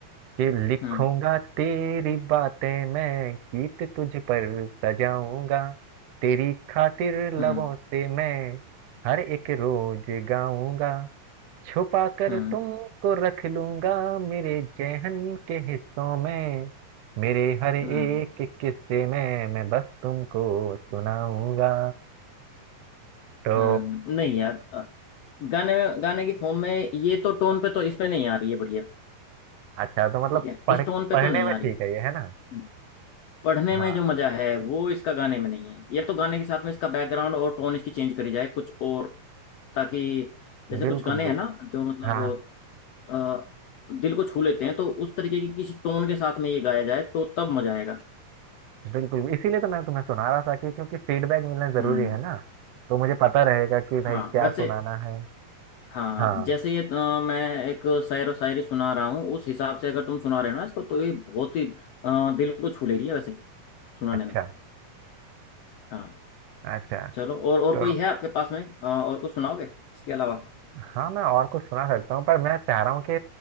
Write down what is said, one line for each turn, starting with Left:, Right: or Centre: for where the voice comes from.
Right: कि लिखूंगा
Left: हम्म
Right: तेरी बातें मैं गीत तुझ पर सजाऊंगा तेरी खातिर लबों
Left: हम्म
Right: से मैं हर एक रोज गाऊंगा छुपा कर
Left: हम्म
Right: तुमको रख लूंगा मेरे जेहन के हिस्सों में मेरे हर एक
Left: हम्म,
Right: किस्से में मैं बस तुमको सुनाऊंगा तो
Left: हम्म। नहीं यार अ, गाने में गाने की फॉर्म में ये तो टोन पे तो इसमें नहीं आ रही है बढ़िया
Right: अच्छा तो मतलब
Left: ठीक है
Right: पढ़
Left: इस टोन पे
Right: पढ़ने
Left: तो नहीं
Right: में
Left: आ रही
Right: ठीक है ये है ना
Left: हम्म। पढ़ने में
Right: हाँ
Left: जो मजा है वो इसका गाने में नहीं है ये तो गाने के साथ में इसका बैकग्राउंड और टोन इसकी चेंज करी जाए कुछ और ताकि जैसे कुछ
Right: बिल्कुल
Left: गाने
Right: बिल्कुल
Left: हैं ना जो मतलब
Right: हाँ
Left: अ, दिल को छू लेते हैं तो उस तरीके की किसी टोन के साथ में ये गाया जाए तो तब मजा आएगा
Right: बिल्कुल इसीलिए तो मैं तुम्हें सुना रहा था कि क्योंकि फीडबैक मिलना जरूरी
Left: हम्म
Right: है ना तो मुझे पता रहेगा कि भाई
Left: हाँ
Right: क्या
Left: वैसे
Right: सुनाना है
Left: हाँ
Right: हाँ
Left: जैसे ये अ, मैं एक शायर व शायरी सुना रहा हूँ उस हिसाब से अगर तुम सुना रहे हो ना इसको तो ये बहुत ही अ, दिल को छू ले रही है वैसे सुनाने
Right: अच्छा
Left: में हाँ
Right: अच्छा
Left: चलो और और
Right: तो
Left: कोई है आपके पास में अ, और कुछ सुनाओगे इसके अलावा
Right: हाँ मैं और कुछ सुना सकता हूँ पर मैं चाह रहा हूँ कि